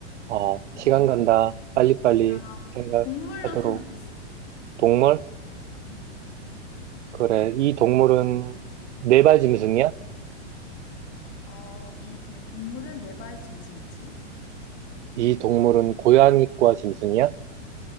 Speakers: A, on the right (about 75°); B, on the left (about 30°).
A: 어,
B: 어,
A: 시간 간다. 빨리빨리
B: 나
A: 생각하도록.
B: 동물로 생각했어.
A: 동물?
B: 음.
A: 그래. 이 동물은 네발 짐승이야?
B: 어, 이 동- 동물은 네발 짐승이지.
A: 이 동물은 고양이과 짐승이야?